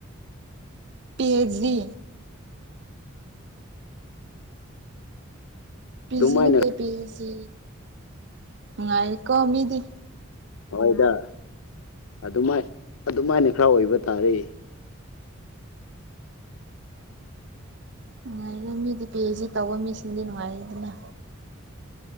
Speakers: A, on the right; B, on the left.
A: P H D P
B: ꯑꯗꯨꯃꯥꯏꯅ
A: G ꯅꯠꯇꯦ ꯄꯤ ꯑꯩꯁꯤ ꯅꯨꯡꯉꯥꯏꯔꯦ ꯀꯣ ꯃꯤꯗꯤ
B: ꯍꯣꯏꯗ ꯑꯗꯨꯃꯥꯏ ꯑꯗꯨꯃꯥꯏꯅ ꯈꯔ ꯑꯣꯏꯕ ꯇꯥꯔꯦ
A: ꯅꯨꯡꯉꯥꯏꯔꯦ ꯃꯤꯗꯤ ꯄꯤ ꯑꯩꯆ ꯗꯤ ꯇꯧꯕ ꯃꯤꯁꯤꯡꯗꯤ ꯅꯨꯡꯉꯥꯏꯔꯦꯗꯅ